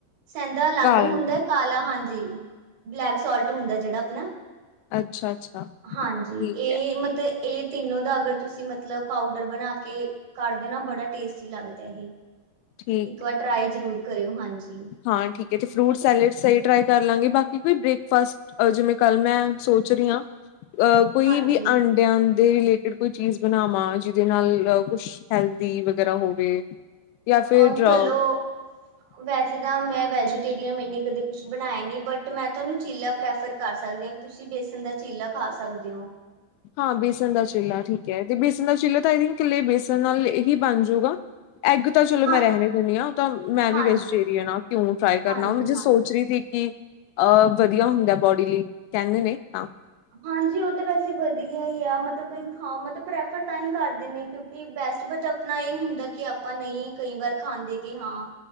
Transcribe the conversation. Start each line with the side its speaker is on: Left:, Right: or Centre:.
Right: ਸੈਂਦਾ ਲਾਗ
Left: ਕਾਲਾ
Right: ਹੁੰਦਾ।
Left: ਨਮਕ
Right: ਕਾਲਾ ਹਾਂਜੀ, ਬਲੈਕ ਸਾਲਟ ਹੁੰਦਾ ਜੇਹੜਾ ਆਪਣਾ।
Left: ਅੱਛਾ ਅੱਛਾ
Right: ਹਾਂਜੀ,
Left: ਠੀਕ
Right: ਏ
Left: ਹੈ
Right: ਮਤ ਏ ਤਿੰਨੋ ਦਾ ਅਗਰ, ਤੁਸੀਂ ਮਤਲਬ ਪਾਊਡਰ ਬਣਾ ਕੇ ਕਰਦੇ ਨਾ, ਬੜਾ ਟੇਸਟੀ ਲੱਗਦਾ ਏਹ।
Left: ਠੀਕ
Right: ਇੱਕ
Left: ਹੈ
Right: ਵਾਰ ਟਰਾਈ ਜ਼ਰੂਰ ਕਰਿਓ, ਹਾਂਜੀ।
Left: ਹਾਂ ਠੀਕ ਹੈ, ਤੇ ਫਰੂਟ ਸੈਲਡ ਸਈ ਟਰਾਈ ਕਾਰ ਲਾਗੇ। ਬਾਕੀ ਕੋਈ ਬ੍ਰੇਕਫਾਸਟ ਅਜੇ ਜਿਵੇਂ ਕਾਲ ਮੈਂ ਸੋਚ ਰੀਆ, ਅਹ ਕੋਈ
Right: ਹਾਂਜੀ
Left: ਵੀ ਅੰਡ <inaudible> ਰਿਲੇਟਡ ਕੋਈ ਚੀਜ਼ ਬਨਾਵਾਂ ਜਿਦੇ ਨਾਲ ਕੁਛ ਹੈਲਦੀ ਵਗੈਰਾ ਹੋਵੇ? ਜਾਂ ਫਿਰ
Right: ਅ, ਚਲੋ
Left: <inaudible>
Right: ਵੈਸੇ ਤਾਂ ਮੈਂ ਵੈਜੀਟੇਰੀਅਨ, ਮੈਂਨੇ ਕਦੇ ਕੁਛ ਬਨਾਏਆ ਨੀਂ, ਬਟ ਮੈਂ ਤੁਆਨੂੰ ਚੀਲਾ ਪ੍ਰੈਫਰ ਕਰ ਸਕਦੀ ਆਂ ਤੁਸੀ ਬੇਸਨ ਦਾ ਚੀਲਾ ਖਾ ਸਕਦੇਂ ਓ।
Left: ਹਾਂ, ਬੇਸਨ ਦਾ ਚੀਲਾ ਠੀਕ ਐ। ਤੇ ਬੇਸਨ ਦਾ ਚੀਲਾ ਤਾਂ ਆਏ ਥਿੰਕ, ਕੱਲੇ ਬੇਸਨ ਨਾਲ ਹੀ ਬਨ ਜੂਗਾ। ਐਗ ਤਾਂ ਚਲੋ, ਮੈਂ
Right: ਹਾਂ,
Left: ਰੈਹਨ ਈ ਦੇਨੀ ਆਂ। ਓ ਤਾਂ ਮੈਂ
Right: ਹਾਂਜੀ,
Left: ਵੀ ਵੈਜੀਟੇਰੀਅਨ ਆਂ, ਕਿਉਂ ਟਰਾਏ ਕਰਨਾ,
Right: ਹਾਂਜੀ,
Left: ਮੈ
Right: ਹਾਂਜੀ
Left: ਸੋਚ ਰੀ ਥੀ ਕਿ ਅ, ਵਦੀਆ ਹੁੰਦਾ ਬੋਡੀ ਲਈ, ਕੈਂਦੇ ਨੇ ਹਾਂ।
Right: ਹਾਂਜੀ, ਓ ਤਾਂ ਵੈਸੇ ਵਧੀਆ ਈ ਆ, ਮਤਬ ਕਈ ਖਾ ਮਤਬ ਪ੍ਰੈਫਰ ਤਾਂ ਈ ਕਰਦੇ ਨੇ ਕਿਉਂਕਿ ਬੈਸਟ, ਬਟ ਅਪਨਾ ਏਹ ਹੁੰਦਾ ਕਿ, ਆਪਾਂ ਨਈ ਕਈ ਵਾਰ ਖਾਂਦੇ ਕਿ ਹਾਂ